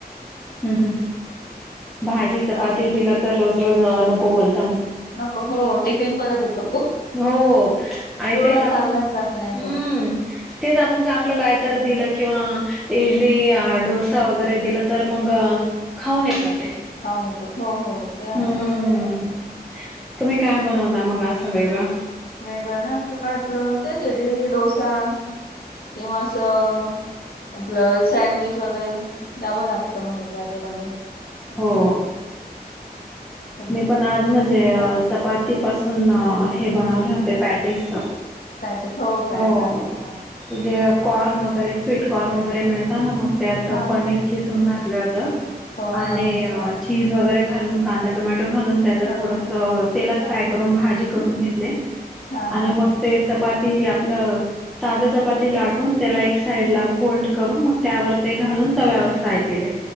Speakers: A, in the centre; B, on the left.
A: हम्म हम् भाजी चपाती
B: काय-
A: दिला तर रोज रोज नको बोलत
B: नको हो टिफिन परत येतो
A: हो आणि
B: पूर्ण
A: तेच आपण
B: खाल्लाच जात नाही
A: हम्म
B: तो
A: तेच आपण चांगलं काय तर दिलं किंवा इडली डोसा वगैरे दिलं तर मग खाऊणे जाते
B: ऊन येतात हो हो ते
A: हम्म
B: आहेच
A: तुम्ही काय बनवता मगा सग वगळं
B: वेगळं ना असं काय आपलं तेच इडली डोसा किंवा अस आपल सँडविच वगैरे द्यावं लागतं मग जाध मध्ये असं
A: हो
B: कधी
A: मी पण आज म्हणजे चपाती पाासून हे बनवले होते पॅटीस
B: पॅटीस काय
A: हो
B: हा हा हा
A: म्हजे कॉर्न वगैरे स्वीट कॉर्न वगैरे मिळता ना मग त्यात
B: हा
A: पनीर किसून घातलं होत
B: तसं. हो
A: आणि
B: हा हा
A: चीज वगैरे घालून कांदा टोमॅटो घालून त्याच
B: हा
A: थोडस
B: हा
A: तेलात
B: हा
A: फ्राय करून भाजी करून घेतले
B: हा
A: आणि
B: हा
A: मग
B: हा
A: ते चपाती आपलं ताज चपाती
B: हा
A: लाटून त्याला एक साईड
B: हा.
A: ला फोल्ड करून मग त्यावर ते घालून तव्यावर फ्राय
B: हा.
A: केले